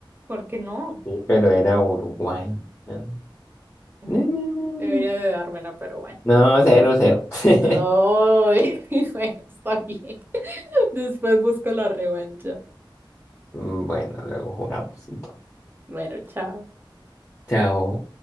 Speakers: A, on the right; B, on the left.
A: ¿Por qué no?
B: sí, pero era Uruguay. No,
A: Ay,
B: no, no, no.
A: debería
B: No,
A: de dármela, pero bueno.
B: no, no, no, cero, cero. <laughs>
A: Ay, <laughs> bueno, está bien. <laughs> Después busco la revancha.
B: Mm, Bueno, luego jugamos entonces.
A: Bueno, chao.
B: Chao.